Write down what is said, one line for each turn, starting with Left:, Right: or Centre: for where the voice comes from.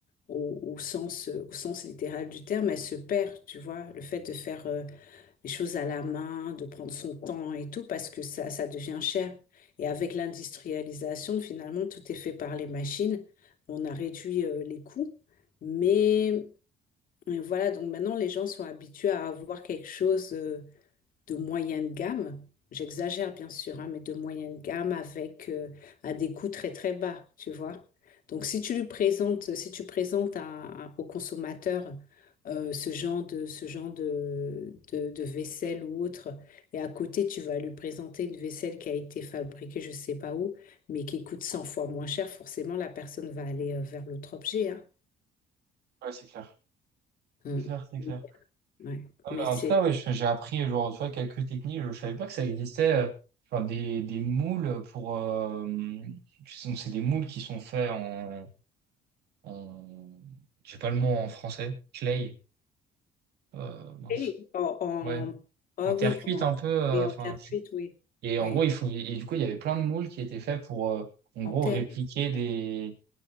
Left: au, au sens euh, au sens littéral du terme, elle se perd, tu vois, le fait de faire euh, les choses à la main, de prendre son temps et tout parce que ça ça devient cher. Et avec l'industrialisation, finalement, tout est fait par les machines. On a réduit euh, les coûts, mais euh, voilà, donc maintenant les gens sont habitués à avoir quelque chose. euh, de moyenne gamme. J'exagère bien sûr, hein, mais de moyenne gamme avec euh, à des coûts très très bas, tu vois. Donc si tu lui présentes, si tu présentes à- à- au consommateur euh, ce genre de ce genre de, de, de vaisselle ou autre, et à côté tu vas lui présenter une vaisselle qui a été fabriquée je sais pas où, mais qui coûte 100 fois moins cher, forcément la personne va aller euh, vers l'autre objet, hein.
Right: Ouais, c'est clair.
Left: Mm.
Right: C'est clair, c'est clair.
Left: Ouais.
Right: Non,
Left: Mais
Right: mais en
Left: c'est
Right: tout cas, ouais, je- j'ai appris genre, tu vois, quelques techniques. Je ne savais pas que ça existait. euh, genre des, des moules pour. euh, qui sont- c'est des moules qui sont faits en. en j'ai pas le mot en français. Clay. Euh, mince.
Left: Et en, en-
Right: Ouais.
Left: ah
Right: En
Left: oui,
Right: terre cuite
Left: en,
Right: un peu. euh,
Left: oui, en
Right: Enfin,
Left: terre
Right: je-
Left: cuite, oui.
Right: et en
Left: Oui,
Right: gros, il faut, et du coup, il y avait plein de moules qui étaient faits pour, euh, en
Left: en
Right: gros,
Left: terme.
Right: répliquer des,